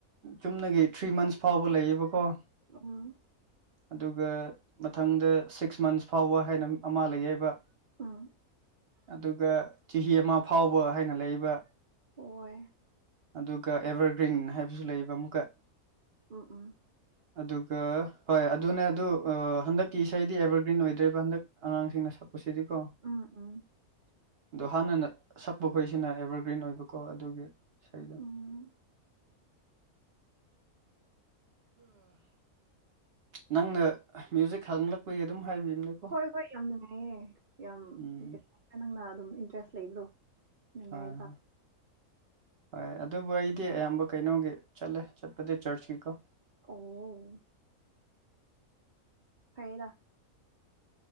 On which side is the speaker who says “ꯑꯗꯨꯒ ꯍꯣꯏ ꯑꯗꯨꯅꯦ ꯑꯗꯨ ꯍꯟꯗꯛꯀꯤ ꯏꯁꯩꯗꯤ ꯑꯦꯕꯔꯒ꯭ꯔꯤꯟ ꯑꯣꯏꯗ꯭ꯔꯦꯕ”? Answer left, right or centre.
Right